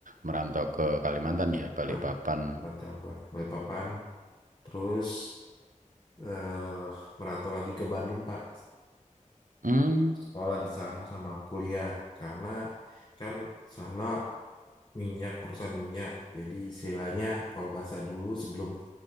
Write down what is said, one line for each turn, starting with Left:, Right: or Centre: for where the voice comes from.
Right: merantau ke Kalimantan ya, balik
Left: benar.
Right: papan.
Left: Merantau buat Balikpapan. Terus eh, merantau lagi ke Bandung Pak
Right: Hmm.
Left: sekolah di sana sama kuliah karena kan sana minyak perusahaan minyak jadi istilahnya kalau bahasa dulu sebelum